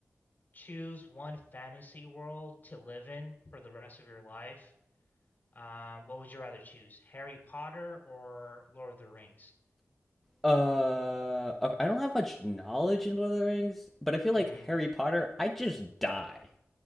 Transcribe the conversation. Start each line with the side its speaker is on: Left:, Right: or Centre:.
Left: choose one fantasy world to live in for the rest of your life, um, what would you rather choose? Harry Potter or Lord of the Rings?
Centre: Uh, okay, I don't have much knowledge in Lord of the Rings, but I feel like
Left: hmm
Centre: Harry Potter, I just die.